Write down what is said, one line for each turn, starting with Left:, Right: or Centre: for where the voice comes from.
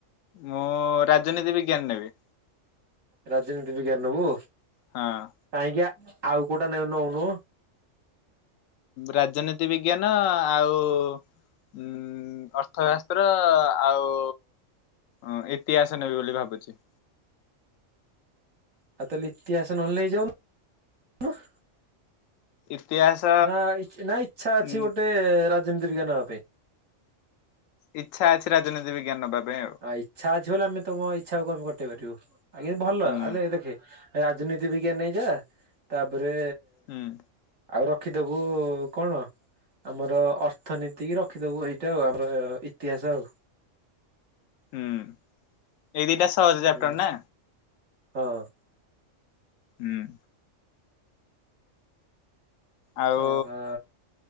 Left: ମୁଁ ରାଜନୀତି ବିଜ୍ଞାନ ନେବି।
Right: ରାଜନୀତି ବିଜ୍ଞାନ ନବୁ?
Left: ହଁ।
Right: କାହିଁକି ଆଉ କୋଉଟା ନେ ନଉନୁ।
Left: ରାଜନୀତି ବିଜ୍ଞାନ ଆଉ ଉଁ ଅର୍ଥବସ୍ତ୍ର ଆଉ ହଁ ଇତିହାସ ନେବି ବୋଲି ଭାବୁଛି।
Right: ଆଉ ତାହେ ଇତିହାସ ନେଇ ଯାଉନୁ। ଓୁହ।
Left: ଇତିହାସ।
Right: ନା ନା ଇଚ୍ଛା ଅଛି
Left: ଉଁ
Right: ଗୋଟେ ରାଜନୀତି ବିଜ୍ଞା ନବା ପାଇଁ।
Left: ଇଚ୍ଛା ଅଛି ରାଜନୀତି ବିଜ୍ଞାନ ନବା ପାଇଁ ଆଉ।
Right: ଇଚ୍ଛା ଆଛି ବୋଲିଲେ ଆମେ ତମ ଇଚ୍ଛାକୁ ଆମ କଟେଇ ପାରିବୁ। ଆ କି ଭଲ
Left: ହୁଁ
Right: ଆଲେ ଦେଖେ ରାଜନୀତି ବିଜ୍ଞା ନେଇଯା ତାପରେ
Left: ହୁଁ
Right: ଆଉ ରଖିଦବୁ କଣ ଆମର ଅର୍ଥନୀତି କି ରଖିଦବୁ ହେଇଟା ଆଉ ଆମର ଇତିହାସ ଆଉ।
Left: ଉଁ ଏଇ ଦିଟା ସହଜ ଚାପ୍ଟର୍
Right: ହୁଁ
Left: ନା?
Right: ହଁ।
Left: ଉଁ। ଆଉ
Right: ଆ ହା